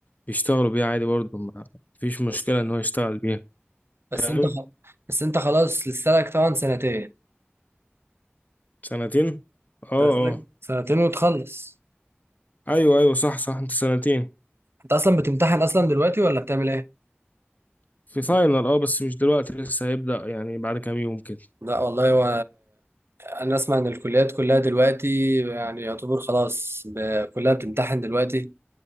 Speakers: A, on the left; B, on the right.
A: يشتغلوا بيها عادي برضه ما فيش مشكلة
B: بس
A: إن هو يشتغل بيها
B: بس
A: فاهم
B: انت خ... بس انت خلاص لسه لك طبعا سنتين
A: سنتين اه
B: لسه
A: اه
B: لك سنتين وتخلص
A: أيوه أيوه صح صح أنت سنتين
B: انت اصلا بتمتحن اصلا دلوقتي ولا بتعمل ايه
A: في فاينل اه بس مش دلوقتي لسه هيبدأ يعني بعد كام يوم كده
B: لا والله هو انا اسمع ان الكليات كلها دلوقتي يعني يعتبر خلاص ب- كلها بتمتحن دلوقتي